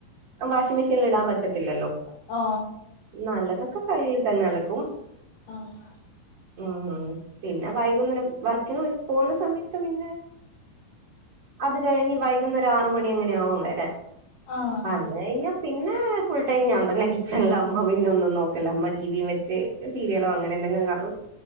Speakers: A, on the right (about 45°); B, on the left (about 85°).
A: വാഷിം മെഷീനിൽ ഇടാൻ പറ്റത്തില്ലല്ലോ
B: ഓ
A: നല്ലതൊക്കെ കല് തന്നെ അലകും
B: ആഹ
A: ഉ പിന്നെ വൈകുന്നേരം വർക്കി പോകുന്ന സമയത്ത് പിന്നെ അത് കഴിഞ്ഞ് വൈകുന്നേരം ആറ മണി അങ്ങനെയ ആകും വരാ
B: ആഹ്
A: വന്ന കഴിഞ്ഞ പിന്നെ ഫുൾ ടൈം ഞാൻ തന്നെ കിച്ചണിലില് അമ്മ പിന്നെ ഒന്നും നോക്കല അമ്മ ടിവിയും വെച്ച് സീരിയലോ അങ്ങനെ എന്തെങ്കിലും കാണും